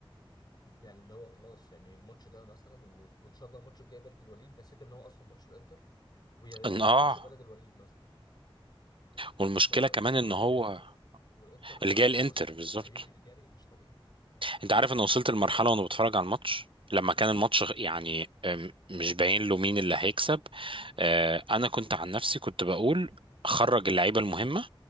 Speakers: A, on the left; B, on the right.
A: يعني اللي هو خلاص يعني الماتش ده مثلا و- وان شاء الله الماتش الجاي بلد الوليد نسيت ان هو اصلا ماتش الانتر ويريحوا
B: ان اه
A: بماتش بلد الوليد مثلا
B: والمشكلة
A: بس هو لقيت
B: كمان
A: ان اللي
B: ان
A: جاي
B: هو
A: الانتر والانتر
B: اللي
A: عنده
B: جاي الانتر
A: وسط
B: بالظبط
A: وهيجري جري مش طبيعي
B: انت عارف انا وصلت لمرحلة وانا بتفرج على الماتش
A: مم.
B: لما كان الماتش غ- يعني أم، مش باين له مين اللي هيكسب
A: مم.
B: آه، انا كنت عن نفسي كنت بقول خرج اللعيبة المهمة